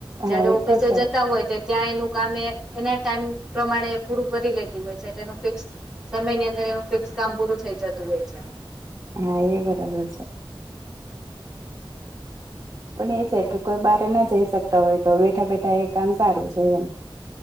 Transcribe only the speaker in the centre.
જયારે
ઓફિસે
જ હોય ત્યાં એનું કામ એ એના ટાઈમ પ્રમાણે પૂરું કરી લેતી હોય છે તેનું ફિક્સ સમયની અંદર એનું ફિક્સ કામ પૂરું થઈ જતું હોય છે